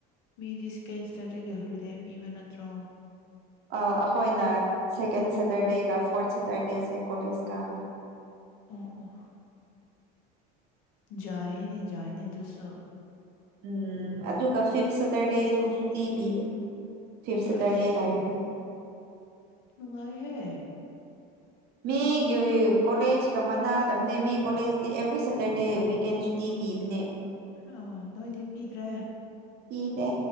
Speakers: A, on the left; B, on the right.
A: ꯃꯤ ꯗꯤꯁ ꯀꯦꯟꯁꯔꯗ ꯍꯣꯜꯂꯤꯗꯦ ꯄꯤꯕ ꯅꯠꯇ꯭ꯔꯣ
B: ꯑ ꯑꯩꯈꯣꯏꯅ ꯁꯦꯀꯦꯟ ꯁꯦꯇꯔꯗꯦꯒ ꯐꯣꯔꯠ ꯁꯦꯇꯔꯗꯦꯁꯦ ꯀꯣꯂꯦꯖ ꯀꯥꯕ
A: ꯑꯣ ꯑꯣ ꯌꯥꯏꯅꯦ ꯌꯥꯏꯅꯦ ꯑꯗꯨꯁꯨ
B: ꯎꯝ ꯑꯗꯨꯒ ꯐꯤꯞ ꯁꯇꯔꯗꯦꯁꯨ ꯁꯨꯇꯤ ꯄꯤꯕꯅꯤ ꯐꯤꯐ ꯁꯇꯔꯗꯦ
A: ꯑꯁ
B: ꯂꯔꯗꯤ
A: ꯅꯨꯡꯉꯥꯏꯍꯦ
B: ꯃꯤꯒꯤ ꯀꯣꯂꯦꯖꯀ ꯃꯅꯥꯗꯕꯅꯦ ꯃꯤ ꯀꯣꯂꯦꯖꯗꯤ ꯑꯦꯚ꯭ꯔꯤ ꯁꯦꯇꯔꯗꯦ ꯋꯤꯛꯀꯦꯟ ꯁꯨꯇꯤ ꯄꯤꯕꯥꯅꯦ
A: ꯑꯣ ꯅꯣꯏꯗꯤ ꯄꯤꯗ꯭ꯔꯦ
B: ꯄꯤꯗꯦ